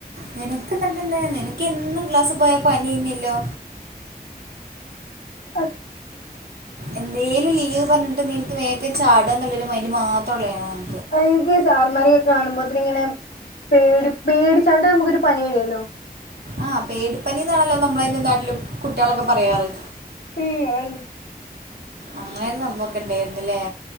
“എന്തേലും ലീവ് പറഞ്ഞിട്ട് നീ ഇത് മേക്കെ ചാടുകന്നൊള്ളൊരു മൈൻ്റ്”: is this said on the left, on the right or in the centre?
Right